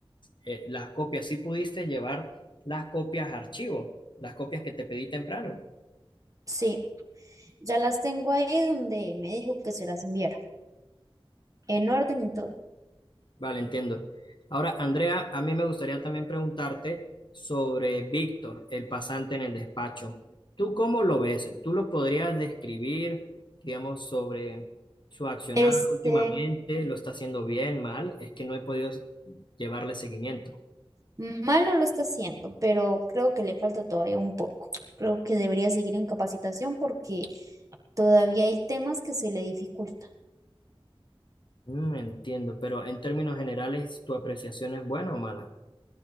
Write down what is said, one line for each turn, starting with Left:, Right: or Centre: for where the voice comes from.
Left: eh, las copias. ¿Si pudiste llevar las copias a archivo, las copias que te pedí temprano?
Right: Sí, ya las tengo ahí donde me dijo que se las enviara, en orden y todo.
Left: Vale, entiendo. Ahora, Andrea, a mí me gustaría también preguntarte sobre Víctor, el pasante en el despacho. ¿Tú cómo lo ves? ¿Tú lo podrías describir, digamos, sobre su accionar
Right: Este,
Left: últimamente? ¿Lo está haciendo bien, mal? Es que no he podido llevarle seguimiento.
Right: mal no lo está haciendo, pero creo que le falta todavía un poco. Creo que debería seguir en capacitación porque todavía hay temas que se le dificultan.
Left: Mm, entiendo, pero en términos generales, ¿tu apreciación es buena o mala?